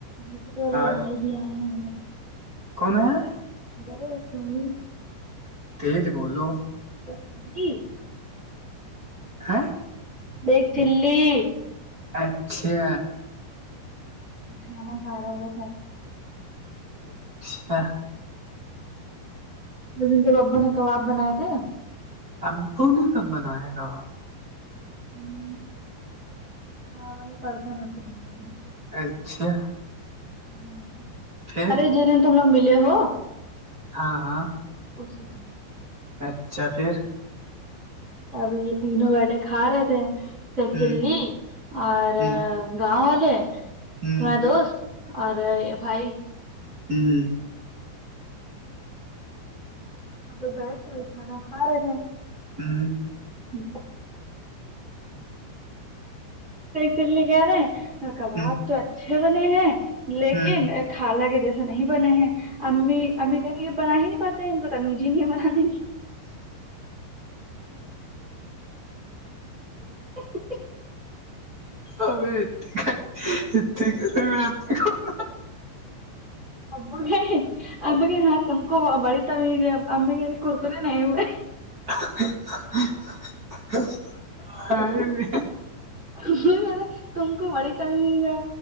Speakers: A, on the right; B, on the right.
A: دوسرے والے
B: آ
A: بھائی بھی آئے ہیں اور
B: کون آ ہے
A: <unintelligible>
B: تج بولو <unintelligible>
A: <unintelligible>
B: ہیں
A: ایک چلی
B: اچھا
A: کھانا کھا رہا
B: <unintelligible>
A: من کے ابو نے کباب بنائے تھے
B: ابو نے کب بنایا تھا وہ
A: <unintelligible>
B: اچھا
A: ہاں
B: پھر
A: ارے جن دن تم لوگ ملے ہو
B: ہاں ہاں
A: اس د <unintelligible>
B: اچھا پھر
A: ہ اب یہ تینوں بیٹے کھا رہے تھے سچلی
B: ہ
A: اور
B: ہ
A: گاؤں والے
B: ہ ہ
A: تمہارے دوست اور بھائی
B: ھمم
A: ہم تو بیٹھ کے ہوئے کھانا کھا رہے تھے
B: ھممم
A: <unintelligible> ہ چ گار کباب
B: ہ
A: تو اچھے بنے ہیں لیکن
B: ہ
A: کالا کے جیسے نہیں بنے ہیں امی امی کہہ رہی یہ بنا ہی نہیں پاتے ہے ان کو ت امی جی نہیں بنا دیں گی <unintelligible>
B: ابت کت <unintelligible> بھیتی <unintelligible>
A: اب اب کہ ہاں تم کو بڑ تم گ ککر نہیں ہ
B: ہے ج <unintelligible> <unintelligible>
A: نہیں ارا تم کو بڑی ت نہیں ہے